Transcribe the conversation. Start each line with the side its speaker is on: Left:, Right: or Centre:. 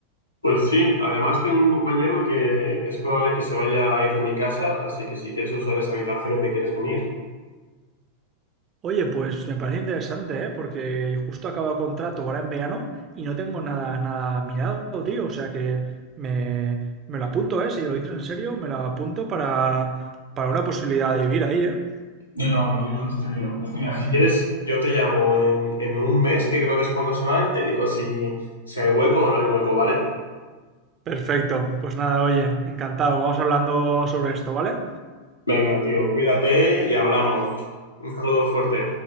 Left: Pues sí, además tengo un compañero que es probable que se vaya a ir de mi casa, así que si quieres usar esa habitación y te quieres venir,
Right: Oye, pues me parece interesante, ¿eh? Porque justo acabo contrato ahora en verano y no tengo nada, nada mirado, tío. O sea que me, me lo apunto, ¿eh? Si lo dices en serio, me lo apunto para, para una posibilidad de vivir ahí, ¿eh?
Left: No, no, lo digo en serio. Pues mira, si quieres, yo te llamo en, en un mes, que creo que es cuando se va, y te digo si, si hay hueco o no hay hueco, ¿vale?
Right: Perfecto. Pues nada, oye, encantado. Vamos hablando sobre esto, ¿vale?
Left: Venga, tío, cuídate y hablamos. Un saludo fuerte.